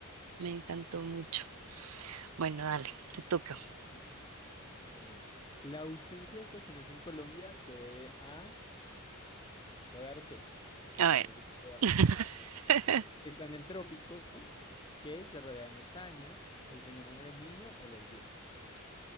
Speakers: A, on the right; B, on the left.
A: me
B: Sí,
A: encantó mucho. Bueno, dale, te toca.
B: bueno, listo. Entonces, la ausencia de estaciones en Colombia se debe a, te voy a dar opciones, porque
A: A
B: está
A: ver.
B: un poquito
A: <laughs>
B: genérico. Está en el trópico, que se rodea de montañas, el fenómeno del niño o los vientos.